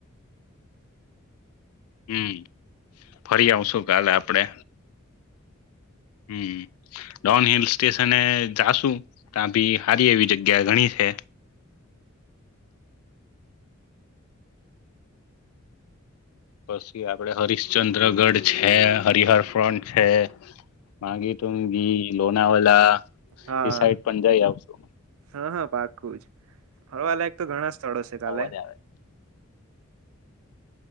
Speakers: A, on the left (about 90°); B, on the right (about 75°).
A: હમ ફરી આવશું કાલે આપડે હમ ડોન હિલ સ્ટેશને જાશું ત્યાં ભી સારી એવી જગ્યા ઘણી છે. પછી આપડે હરિશ્ચંદ્રગઢ છે હરિહર ફ્રન્ટ છે. માગી તુગી લોણવાલા
B: હા
A: એ સાઈડ પણ જઈ આવશુ
B: હા હા પાકું ફરવા લાયક તો ઘણા ચડશે કાલે
A: અવાજ આવે